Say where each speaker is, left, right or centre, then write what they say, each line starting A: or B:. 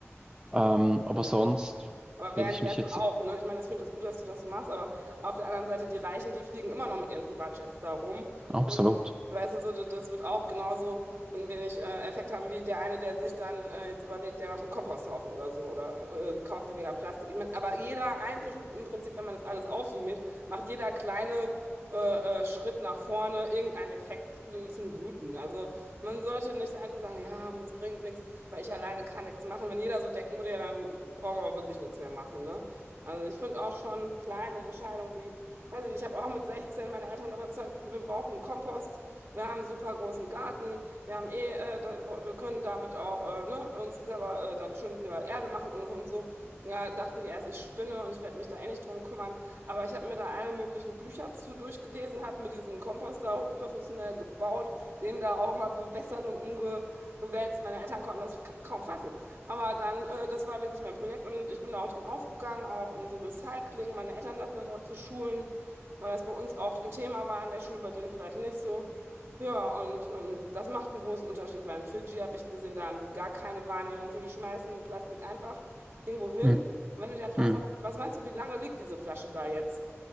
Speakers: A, on the right (about 15°); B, on the right (about 65°).
A: Ähm, aber sonst
B: Aber währenddessen
A: will ich mich jetzt
B: auch, ne? Ich meine, das- ich finde das gut, dass du das machst, aber auf der anderen Seite, die Reichen, die fliegen immer noch mit ihren Privatjets da rum.
A: absolut.
B: Und weißt du, so, das das wird auch genauso ein wenig äh, Effekt haben wie der eine, der sich dann äh, jetzt überlegt, der macht einen Komposthaufen oder so oder äh, kauft weniger Plastik. Ich meine, aber jeder eigentlich im Prinzip, wenn man das alles aufsummiert, macht jeder kleine äh, äh, Schritt nach vorne irgendeinen Effekt äh, zum Guten. Also man sollte nicht einfach sagen, ja, das bringt nichts weil ich alleine kann nichts machen. Wenn jeder so denken würde, ja, dann brauchen wir wirklich nichts mehr machen, ne? Also ich finde auch schon kleine Entscheidungen wie, weiß ich nicht, ich habe auch mit 16 meine Eltern überzeugt, wir brauchen einen Kompost, wir haben einen super großen Garten, wir haben eh, äh, da, wo- wir können damit auch äh, ne, uns selber äh, dann schön wieder Erde machen und, und so. Ja, dachten die erst, ich spinne und ich werde mich da eh nicht drum kümmern. Aber ich habe mir da alle möglichen Bücher zu durchgelesen, habe mir diesen Kompost da hochprofessionell gebaut, den da auch mal bewässert und umge wälzt. Meine Eltern konnten das ka- kaum fassen. Aber dann, äh, das war wirklich mein Projekt und ich bin da auch drin aufgegangen, auch in so Recycling, meine Eltern da vielleicht auch zu schulen, weil das bei uns auch ein Thema war in der Schule, bei denen vielleicht nicht so. Ja, und ähm, das macht einen großen Unterschied, weil in Fidschi habe ich gesehen, da haben die gar keine Wahrnehmung für, die schmeißen Plastik einfach irgendwo hin.
A: Hm,
B: Und wenn du dann fragst,
A: hm,
B: sag mal, was meinst du, wie lange liegt diese Flasche da jetzt?